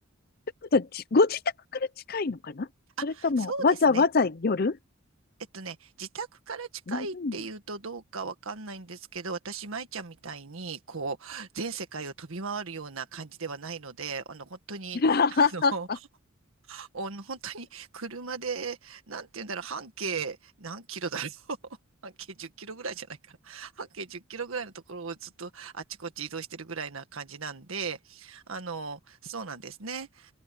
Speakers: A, on the left; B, on the right.
A: いうことはじご自宅から近いのかなそれともわざわざ寄る
B: あ、そうですね。えっとね、自宅から近いっていうとどうかわかんないんですけど、
A: うんうん
B: 私、舞ちゃんみたいに、こう、全世界を飛び回るような感じではないので、あの、本当に、
A: <laughs>
B: あの、<laughs> お本当に車で、なんて言うんだろう、半径何キロだろう。<laughs> 半径10キロぐらいじゃないかな。半径1キロぐらいのところをずっとあっちこっち移動してるぐらいな感じなんで、あの、そうなんですね。